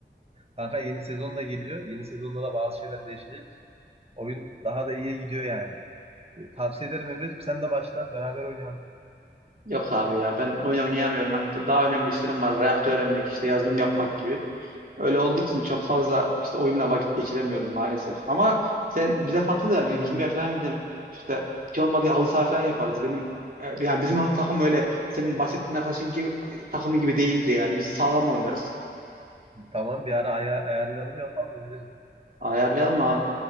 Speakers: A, on the right; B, on the right.
A: Kanka yeni sezon da geliyor. Yeni sezonda da bazı şeyler değişecek. Oyun daha da iyiye gidiyor yani. E, Tavsiye ederim Emre'cim sen de başla beraber oynayalım.
B: Yok abi ya ben oyun oynayamıyorum. Hani da- daha önemli işlerim var. Reaktör öğrenmek işte yazılım yapmak gibi. Öyle olduğu için çok fazla işte oyunla vakit geçiremiyorum maalesef. Ama sen bize katıl yani yüzmeye falan gidelim. İşte hiç olmadı halı saha falan yaparız. Benim e, yani bizim takım öyle senin bahsettiğin arkadaşın gibi takımı gibi değildi yani. Biz sağlam oynarız.
A: Tamam bir ara ay- ayarlayalım yapalım Emre'cim.
B: Ayarlayalım abi.